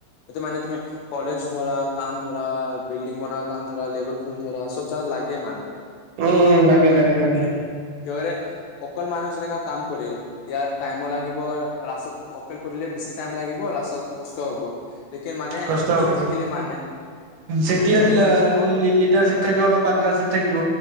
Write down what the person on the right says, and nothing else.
উম, লাগে লাগে লাগে।
কষ্ট
হ'ব
যেতিয়া
লা
লি লিডাৰশ্বিপ
থাকিব বা পাৰ্টনাৰশ্বিপ থাকিব